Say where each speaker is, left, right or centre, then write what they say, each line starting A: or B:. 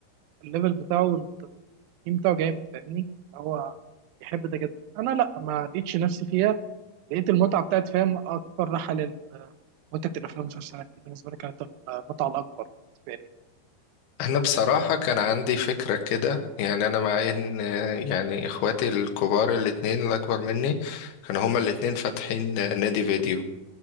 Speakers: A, on the right; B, on the left.
A: الليفل بتاعه والتيم بتاعه جامد فاهمني هو يحب ده جدا انا لا ما لقيتش نفسي فيها لقيت المتعه بتاعت فاهم اكبر راحه لل متعه الافلام والمسلسلات دي بالنسبه لي كانت المتعه الاكبر بالنسبه لي
B: انا بصراحة كان عندي فكرة كده يعني انا مع ان آه، يعني اخواتي الكبار الاتنين اللي اكبر مني كانوا هما الاتنين فاتحين آه، نادي فيديو